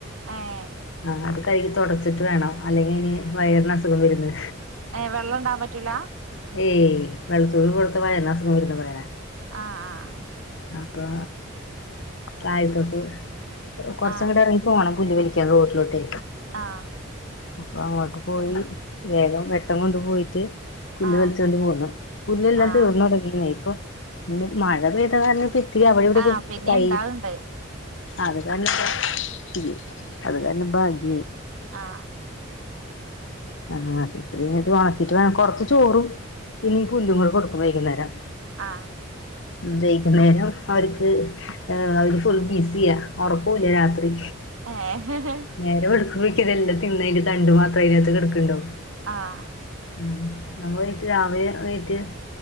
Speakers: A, on the right (about 85°); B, on the left (about 65°).
A: ഏഹ്
B: ആഹ് അത് കഴുകി തുടച്ചിട്ട് വേണം അല്ലെങ്കിൽ ഇനി വയറിന് അസുഖം വരുന്ന്
A: ഏഹ് വെള്ളം ഉണ്ടാവാൻ പറ്റൂല
B: ഏയ് വെള്ളത്തോള് കൊടുത്ത വയറിന് അസുഖം വരൂന്ന പറയണെ
A: ആഹ് ആഹ്
B: അപ്പൊ താഴത്തോട്ട് കൊറച്ച്
A: ആഹ്
B: അങ്ങട് ഇറങ്ങി പോണം പുല്ല് വലിക്കാ റോട്ടിലോട്ടെ
A: ആഹ്
B: അപ്പോ അങ്ങോട്ട് പോയി വേഗം വെട്ടം കൊണ്ട് പോയിട്ട് പുല്ല്
A: ആഹ്
B: വലിച്ചോണ്ട് പോന്നു പുല്ല് എല്ലാം
A: ആഹ് ആഹ്
B: തീർന്ന് തുടങ്ങീന്നേ ഇപ്പൊ മഴ പെയ്ത കാരണം ഇത്തിരി അവിടെ ഇവിടൊക്കെ
A: ആഹ് പിന്നെ
B: തൈ
A: ഇണ്ടാവ്ണ്ട്
B: അത് കാരണം ഇപ്പൊ ഇയ്യോ അത് കാരണം ഭാഗ്യായി
A: ആഹ്
B: ആഹ് വാർത്തിട്ട് വേണം കൊറച്ച് ചോറും പിന്നെ ഈ പുല്ലും കൂടെ കൊടുക്കും വൈകുന്നേരം
A: ആഹ്
B: വൈകുന്നേരം അവർക്ക് അവര് ഫുൾ ബിസിയ ഉറക്കൂല്ല രാത്രി
A: ആഹ് ഹ് ഹ്
B: നേരം വെളുക്കുമ്പോഴേക്കും ഇതെല്ലാം തിന്നതിന്റെ തണ്ടു മാത്രം അതിനകത്ത് കിടക്കുണ്ടാവും
A: ആഹ്
B: ഉം നമ്മ പോയിട്ട് രാവിലെ എണീറ്റ്